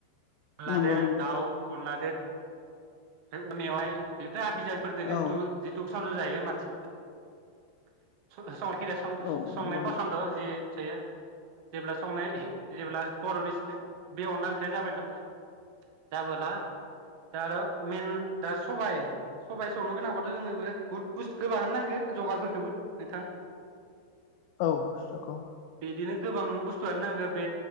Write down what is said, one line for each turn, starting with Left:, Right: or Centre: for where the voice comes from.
Right: अनलाजों
Left: नंगौ नंगौ
Right: दाउ अनला <unintelligible> उमफाय मेवाय बे <unintelligible> आसि दाबि फोरदोनो
Left: औ
Right: जिथु जिथु जायो मानसिफोर <unintelligible> खिजाया सं-संनाय
Left: औ नंगौ
Right: फसन्द
Left: नंगौ
Right: जि जायो‌ जेब्ला संनाय जेब्ला बर'नि बे अनला ओंख्रिया जाबाय जाबोला दा आरो मेन दा सबाय सबाय संनो गोनांबाथ' जोंनोबो बहुद बुस्थु गोबाङानो नांगो जगारफोरखौबो नोंथां
Left: औ सखौ
Right: बिदिनो गोबां बुस्थुआनो नांगौ बे